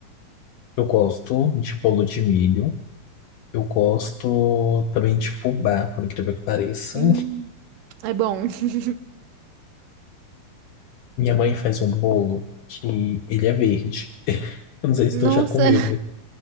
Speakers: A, on the left; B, on the right.
A: Eu gosto de bolo de milho. Eu gosto também de fubá, por incrível que pareça.
B: Hum, é bom. <laughs>
A: Minha mãe faz um bolo que ele é verde. <laughs> Eu não sei se
B: Nossa,
A: tu já comeu de-